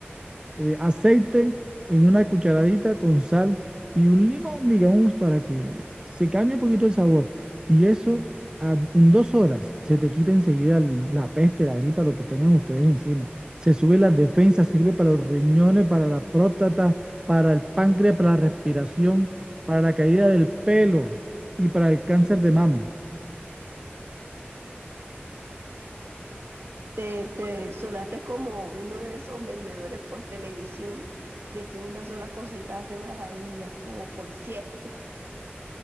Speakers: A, on the right; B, on the right.
A: eh, aceite en una cucharadita con sal y un limón, digamos, para que se cambie un poquito el sabor. Y eso a- en dos horas se te quita enseguida el- la peste, la gripa, lo que tengan ustedes encima. Se sube las defensas, sirve para los riñones, para la próstata, para el páncreas, para la respiración, para la caída del pelo y para el cáncer de mama.
B: Te, te sonaste como uno de esos vendedores por televisión de que una sola cosita hace maravillas, como por siete.